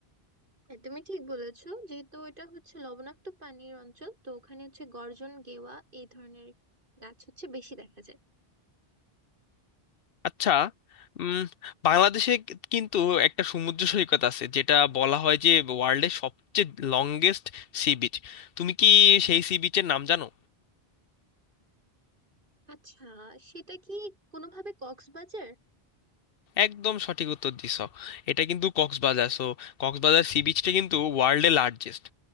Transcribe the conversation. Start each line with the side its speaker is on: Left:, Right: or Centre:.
Right: হ্যাঁ তুমি ঠিক বলেছো যেহেতু এটা হচ্ছে লবণাক্ত পানির অঞ্চল তো ওখানে হচ্ছে গর্জন গেওয়া এই ধরনের গাছ হচ্ছে বেশি দেখা যায়
Left: আচ্ছা উম, বাংলাদেশে কি- কিন্তু একটা সমুদ্র সৈকত আছে যেটা বলা হয় যে ওয়ার্ল্ডের সবচেয়ে লংগেস্ট সি বিচ তুমি কি সেই সি বিচের নাম জানো
Right: আচ্ছা সেটা কি কোনোভাবে কক্সবাজার
Left: একদম সঠিক উত্তর দিছো এটা কিন্তু কক্সবাজার সো কক্সবাজার সি বিচটা কিন্তু ওয়ার্ল্ডের লার্জেস্ট